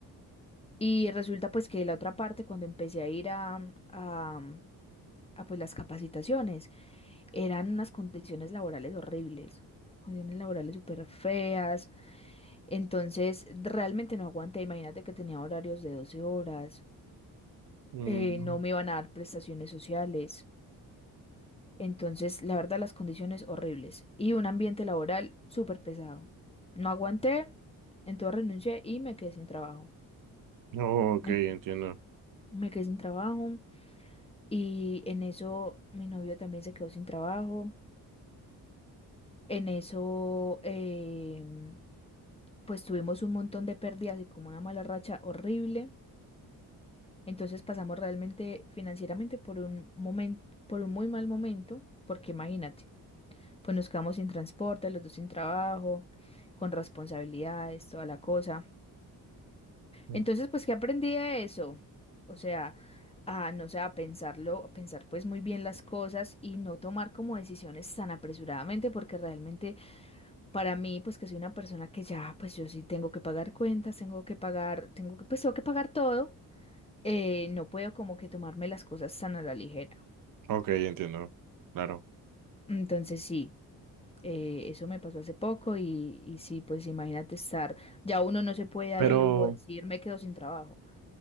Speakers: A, on the left; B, on the right.
A: Y resulta pues que la otra parte, cuando empecé a ir a, a, a pues las capacitaciones, eran unas condiciones laborales horribles, condiciones laborales súper feas entonces, realmente no aguanté. Imagínate que tenía horarios de 12 horas.
B: Mm.
A: eh, no me iban a dar prestaciones sociales. Entonces, la verdad, las condiciones horribles. Y un ambiente laboral súper pesado. No aguanté. Entonces renuncié y me quedé sin trabajo.
B: Oh, ok,
A: Me,
B: entiendo.
A: me quedé sin trabajo. Y en eso mi novio también se quedó sin trabajo. En eso, em, pues tuvimos un montón de pérdidas y como una mala racha horrible. Entonces pasamos realmente financieramente por un momento, por un muy mal momento, porque imagínate, pues nos quedamos sin transporte, los dos sin trabajo, con responsabilidades, toda la cosa.
B: Mm.
A: Entonces, pues, ¿qué aprendí de eso? O sea, a, no sé, a pensarlo, a pensar pues muy bien las cosas y no tomar como decisiones tan apresuradamente, porque realmente para mí, pues que soy una persona que ya, pues yo sí tengo que pagar cuentas, tengo que pagar, tengo que, pues tengo que pagar todo eh, no puedo como que tomarme las cosas tan a la ligera.
B: Ok, entiendo. Claro.
A: Entonces sí, eh, eso me pasó hace poco y, y sí, pues imagínate estar, ya uno no se puede dar
B: Pero,
A: el lujo de decir me quedo sin trabajo.